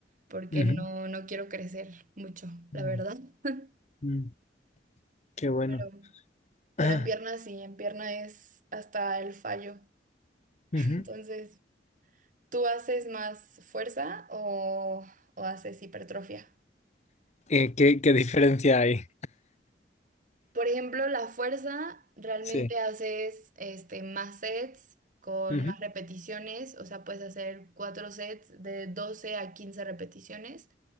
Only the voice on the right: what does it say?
porque
no, no quiero crecer mucho,
la verdad. <laughs>
Pero
Pero en pierna sí, en pierna es hasta el fallo.
Entonces, ¿tú haces más fuerza o, o haces hipertrofia?
Por ejemplo, la fuerza realmente
haces este, más sets con
más repeticiones, o sea, puedes hacer cuatro sets de 12 a 15 repeticiones